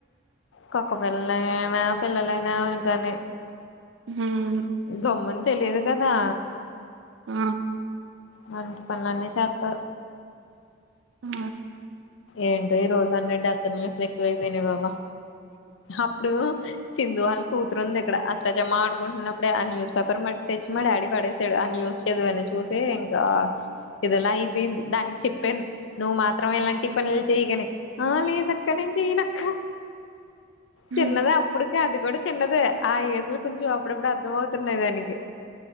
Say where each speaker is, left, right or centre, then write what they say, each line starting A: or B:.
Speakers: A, on the left (about 85°); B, on the right (about 75°).
A: కొకపిల్ల హె నా పిల్లలయినా అనగాని
B: హ్మ్
A: గమన్ తెలిదు కదా
B: ఆ
A: మంట పనులన్నీ చేత్త
B: ఆ
A: ఏంటో ఈ రోజు అన్నిడత్త నిమిషలు ఎక్కువైపోయినాయి బాబా అప్పుడు సింధు వాళ్ళ కూతురుంది ఇక్కడ, అష్టచమా ఆడుకుంటున్నప్పుడే ఆ న్యూస్ పేపర్ట్టి తెచ్చి మా డాడీ పడసాడు, ఆ న్యూస్ చదువని చూసి ఇంకా ఇదిలా అయిపోయింది దానికి చెప్పాను నువ్వు మా మాత్రమే ఎలాంటి పనులు చేయగానే ఆ లేదక్క నేను చెయనక్క చిన్నదా
B: హ్మ్.
A: అప్పుడు అది కూడా చిన్నది ఆ ఏజ్ లో కొంచెం అప్పుడప్పుడు అర్ధం అవుతున్నయి దానికి